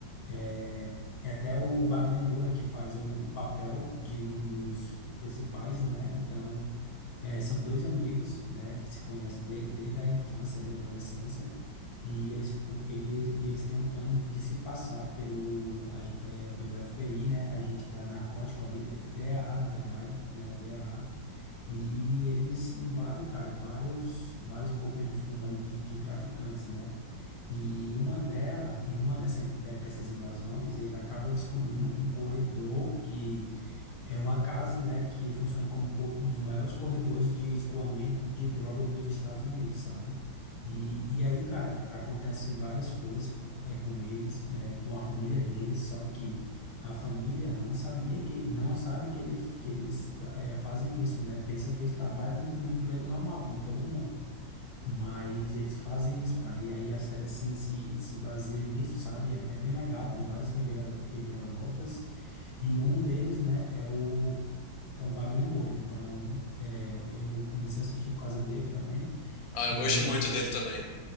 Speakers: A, on the left (about 70°); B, on the left (about 80°).
A: É, é até o Wagner Moura que faz o papel de um dos principais, né? Então, é, são dois amigos, né, que se conhecem de- desde a infância ali, adolescência, e eles, com- ele, e eles têm um plano de, de se passar pelo, a- eh, pelo FBI, né? Agente da narcótico ali, D- DAA, na verdade, né? DEA E eles invadem, cara, vários, vários bocas de fumo ali de, de traficantes, né? E uma dela, e uma dessa, de- dessas invasões, ele acaba descobrindo um corredor que é uma casa, né, que funciona como co- um dos maiores corredores de escoamento de droga dos Estados Unidos, sabe? E, e aí, cara, acontece várias coisas com, é, com eles, né, com a família deles, só que a família não sabia que, não sabe que, ele, que eles tra- é, fazem isso, né? Pensa que eles trabalham no, no emprego normal, como todo mundo. Mas eles fazem isso, cara. E aí a série, assim, se, se baseia nisso, sabe? É, é bem legal, tem várias revira, reviravoltas. E um deles, né, é o é o Wagner Moura. Então, é, eu comecei a assistir por causa dele também.
B: Ah, eu
A: E,
B: gosto muito dele também.